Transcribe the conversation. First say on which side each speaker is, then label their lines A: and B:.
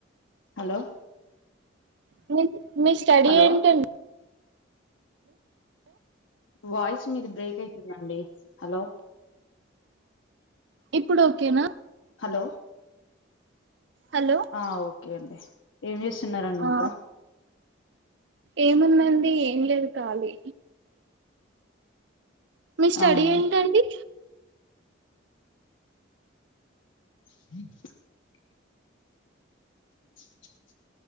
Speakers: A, on the left (about 80°); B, on the right (about 65°).
A: హలో
B: <unintelligible> మీ స్టడీ
A: హలో
B: ఏంటం
A: వాయిస్ మీది బ్రేక్ ఐ <unintelligible> ండి హలో
B: ఇప్పుడు ఓకేనా
A: హలో
B: హలో
A: అ ఓకే అండి ఏం జెస్తున్నరండి
B: ఆ
A: ఇంకా
B: ఏముందండి ఏం లేదు కాలి మీ స్టడీ
A: అవును
B: ఏంటండి
A: <inaudible> <inaudible>